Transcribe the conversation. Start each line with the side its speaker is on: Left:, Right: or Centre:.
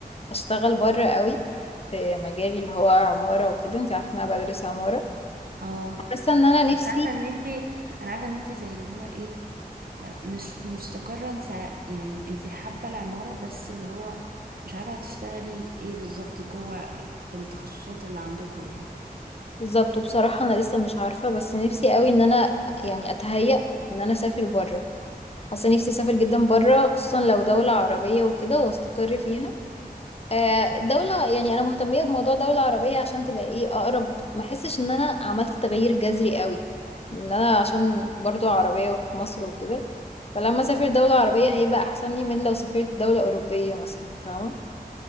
Left: أشتغل بره قوي في مجالي اللي هو عمارة وكده انت عارفة إن أنا بدرس عمارة
Right: اه
Left: حاسه ان انا نفسي
Right: بس عارفه ان انت انا عارفه ان انت زي اللي هو ايه آه، مش مستقره انت ع- يعني انت حابه العماره بس اللي هو مش عارفه هتشتغلي ايه بالظبط جوه في التخصصات اللي عندكم يعني
Left: بالظبط وبصراحه انا لسه مش عارفه بس نفسي قوي ان انا يعني اتهيأ ان انا اسافر بره حاسه نفسي اسافر جدا بره خصوصا لو دوله عربيه وكده واستقر فيها آه، دولة يعني أنا مهتمية بموضوع دولة عربية عشان تبقى إيه أقرب ما أحسش إن أنا عملت تغيير جذري قوي إن أنا عشان برضو عربية وفي مصر وكده فلما أسافر دولة عربية هيبقى أحسن لي من لو سافرت دولة أوروبية مثلا فاهمة